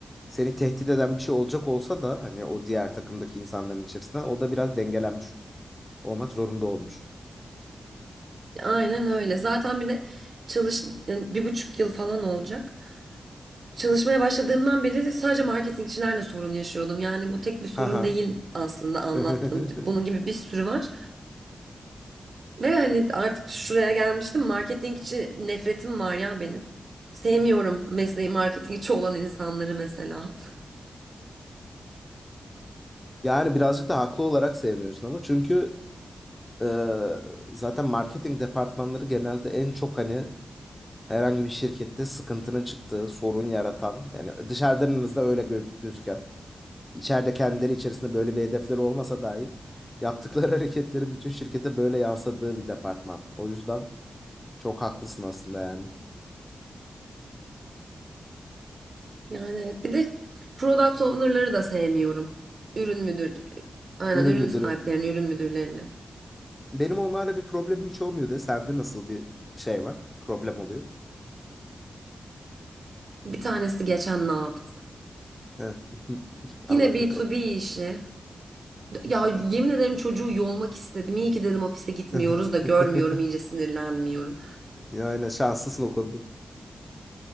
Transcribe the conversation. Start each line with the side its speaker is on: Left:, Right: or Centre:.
Left: Seni tehdit eden bir şey olacak olsa da hani o diğer takımdaki insanların içerisinden o da biraz dengelenmiş olmak zorunda olmuş.
Right: Aynen öyle. Zaten bir de çalış yani bir buçuk yıl falan olacak. Çalışmaya başladığımdan beri de sadece marketingçilerle sorun yaşıyordum. Yani bu tek bir sorun
Left: Ha
Right: değil aslında anlattığım.
Left: <laughs>
Right: Bunun gibi bir sürü var. Ve hani artık şuraya gelmiştim. Marketingçi nefretim var ya benim. Sevmiyorum mesleği marketingçi olan insanları mesela.
Left: Yani birazcık da haklı olarak sevmiyorsun ama çünkü e, zaten marketing departmanları genelde en çok hani herhangi bir şirkette sıkıntının çıktığı, sorun yaratan yani dışarıdan en azından öyle göz- gözüken İçeride kendileri içerisinde böyle bir hedefleri olmasa dahi yaptıkları <laughs> hareketleri bütün şirkete böyle yansıdığı bir departman. O yüzden çok haklısın aslında yani.
Right: Yani evet. Bir de product owner'ları da sevmiyorum. Ürün müdür, aynen
Left: Ürün
Right: ürün
Left: müdürü.
Right: sahiplerini, ürün müdürlerini.
Left: Benim onlarla bir problemim hiç olmuyor de. Sende nasıl bir şey var? Problem oluyor.
Right: Bir tanesi geçen ne yaptı?
Left: Heh. <laughs> Anlat
Right: Yine b
Left: bakalım.
Right: to b işi. Ya yemin ederim çocuğu yolmak istedim. İyi ki dedim ofise gitmiyoruz
Left: <laughs>
Right: da görmüyorum iyice sinirlenmiyorum.
Left: Yani şanslısın o konuda.